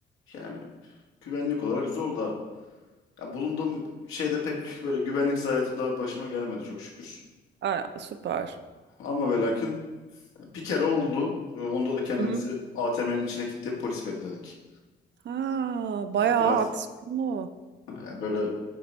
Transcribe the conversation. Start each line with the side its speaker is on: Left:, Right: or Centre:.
Left: Yani güvenlik olarak zor da. Ya bulunduğum şeyde pek böyle güvenlik zayiatı daha başıma gelemedi çok şükür.
Right: Aa, süper.
Left: Ama ve lakin bir kere oldu. Ee, Onda da kendimizi
Right: Hı hı.
Left: ATM'nin içine kilitleyip polis bekledik.
Right: Ha, bayağı
Left: Yani biraz
Right: aksiyonlu.
Left: yani böyle